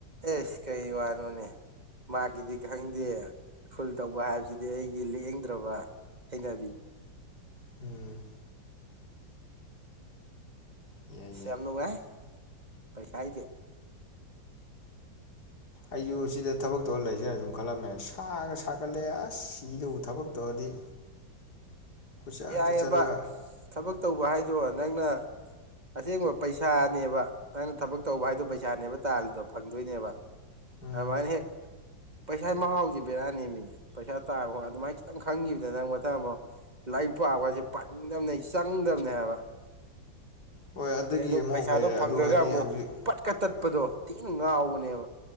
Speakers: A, on the right; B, on the left.
A: ꯑꯦꯁ ꯀꯩ ꯋꯥꯅꯣꯅꯦ ꯃꯥꯒꯤꯗꯤ ꯈꯪꯗꯦ ꯐꯨꯜ ꯇꯧꯕ ꯍꯥꯏꯕꯁꯤꯗꯤ ꯑꯩꯒꯤ ꯂꯦꯡꯗ꯭ꯔꯕ ꯍꯩꯅꯕꯤꯅꯤ꯫
B: ꯎꯝ꯫ ꯌꯥꯏ ꯌꯥꯏ
A: ꯌꯥꯝꯅꯨꯡꯉꯥꯏ꯫ ꯄꯩꯁꯥꯏꯗꯤ
B: ꯑꯩꯁꯨ ꯁꯤꯗ ꯊꯕꯛ ꯇꯧꯔ ꯂꯩꯖꯤꯔ ꯁꯨꯝ ꯈꯜꯂꯝꯃꯦ ꯁꯥꯒ ꯁꯥꯒꯠꯂꯦ ꯑꯁ ꯁꯤꯗꯧ ꯊꯕꯛ ꯇꯧꯔꯗꯤ꯫ ꯀꯣꯏꯆꯠ
A: ꯌꯥꯏꯌꯦꯕ
B: ꯆꯠꯂꯒ
A: ꯊꯕꯛ ꯇꯧꯕ ꯍꯥꯏꯗꯣ ꯅꯪꯅ ꯑꯁꯦꯡꯕ ꯄꯩꯁꯥꯅꯦꯕ ꯅꯪꯅ ꯊꯕꯛ ꯇꯧꯕ ꯍꯥꯏꯗꯣ ꯄꯩꯁꯥꯅꯦꯕ ꯇꯥꯜꯂꯤꯗꯣ ꯐꯪꯗꯣꯏꯅꯦꯕ
B: ꯎꯝ
A: ꯑꯗꯨꯃꯥꯏꯅ ꯍꯦꯛ ꯄꯩꯁꯥ ꯃꯍꯥꯎꯁꯦ ꯕꯦꯔꯥꯅꯦꯃꯤ ꯄꯩꯁꯥ ꯇꯥꯟꯕ ꯈꯣ ꯑꯗꯨꯃꯥꯏ ꯈꯤꯇꯪ ꯈꯪꯈꯤꯕꯗ ꯅꯪ ꯃꯊꯪ ꯃꯨꯛ ꯂꯥꯏꯔꯤꯛ ꯄꯥꯕꯍꯥꯏꯁꯦ ꯄꯅꯤꯡꯗꯝꯅꯦ ꯆꯪꯗꯝꯅꯦ ꯍꯥꯏꯕ
B: ꯍꯣꯏ ꯑꯗꯨꯒꯤ
A: ꯑꯗꯩ ꯑꯗꯨꯝ
B: ꯑꯃꯨꯛ
A: ꯄꯩꯁꯥꯗꯣ
B: ꯂꯩꯔꯦ
A: ꯐꯪꯒ꯭ꯔꯒ
B: ꯑꯗꯨ ꯍꯥꯏꯗꯤ
A: ꯑꯃꯨꯛ
B: ꯍꯧꯖꯤꯛ
A: ꯄꯠꯀ ꯇꯠꯄꯗꯣ ꯊꯤꯅ ꯉꯥꯎꯕꯅꯤ <unintelligible>